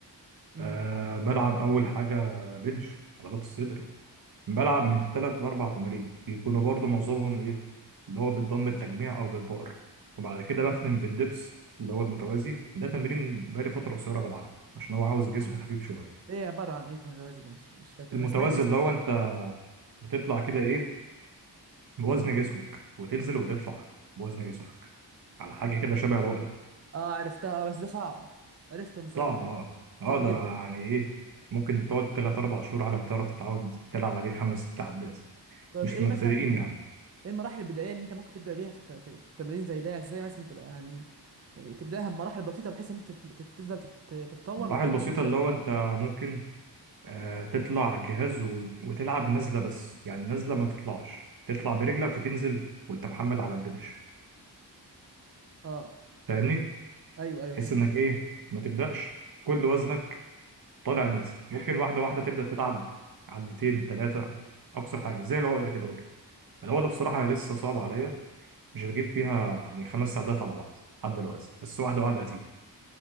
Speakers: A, on the right (about 35°); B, on the right (about 55°).
A: امم
B: أه بلعب اول حاجه بنش عضلات الصدر بلعب من ثلاث لأربع تمارين بيكونوا برضو معظمهم إيه اللي هو بالضم التجميع أو بالبار وبعد كده
A: امم
B: بختم بالدبس اللي هو المتوازي ده تمرين بقالي فترة قصيرة بلعبه عشان هو عاوز جسم خفيف شوية
A: ايه عباره عن ايه متوازي ده مش مش فاكر
B: المتوازي
A: انا سمعت اسمه
B: اللي هو أنت بتطلع كده إيه بوزن جسمك وتنزل وتطلع بوزن جسمك على حاجة كده شبه العقلة
A: اه عرفتها آه، بس ده صعب عرفته المتوازي
B: صعب
A: ده
B: أه أه
A: صعب
B: ده
A: جدا
B: يعني إيه ممكن تقعد تلات أربع شهور على ما تعرف تتعود تلعب عليه خمس ست عدات
A: طب
B: مش
A: ايه
B: للمبتدئين
A: مثلا ال-
B: يعني
A: ايه المراحل البدائيه اللي انت ممكن تبدا بيها في الت- كده التمرين زي ده ازاي مثلا تبقى يعني إيه، تبداها بمراحل بسيطه بحيث ان انت تت- تت- تفضل تت- تتطور
B: المراحل
A: لحد
B: البسيطة
A: ما توصل
B: اللي
A: للمرحله
B: هو أنت
A: دي
B: ممكن آه، تطلع جهاز وت- وتلعب نازلة بس يعني نازلة ما تطلعش تطلع برجلك وتنزل وانت محمل على البنش
A: اه
B: فاهمني؟
A: ايوه ايوه
B: تحس
A: فهمتك
B: انك ايه
A: اه
B: ما تبدأش كل وزنك طالع نازل ممكن واحدة واحدة تبدأ تلعب عدتين ثلاثة أقصى حاجة زي العقلة كده برضه العقلة بصراحة هي لسه صعبة عليا مش بجيب فيها يعني خمس عدات على بعض لحد دلوقتي بس واحدة واحدة هتيجي